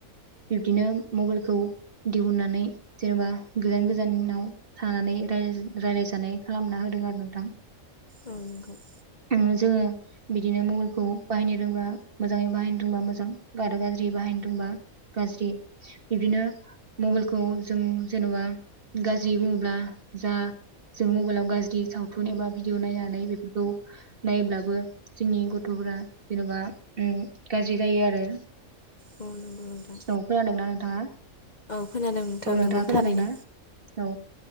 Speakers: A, on the right (about 40°); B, on the left (about 40°).
A: बिब्दिनो मबाइलखौ दिहुननानै जेनेबा गोजान गोजानाव थानानै रायलायजानाय खालामना होदों आरो नोंथां।
B: औ नंगौ औ
A: <unintelligible> जोङो बिदिनो मबाइलखौ बाहायनो रोंबा मोजाङै बाहायनो रोंबा मोजां आरो गाज्रि ज्रि बाहायनो रोंबा गाज्रि बिदिनो मबाइलखौ जों जेन'बा गाज्रि बुङोब्ला जा जों मबाइलाव गाज्रि सावथुन एबा भिडिअ नायनानै बेफोरखौ नाय्लाबो जोंनि गथ'फोरा जेन'बा उम गाज्रि जायो आरो।
B: औ नंगौ नोंथां।
A: औ खोनादोंना नोंथाङा? औ
B: खोनादों नोंथां
A: नोंथाङा
B: नंगौ
A: खोनादोंना
B: थारैनो
A: औ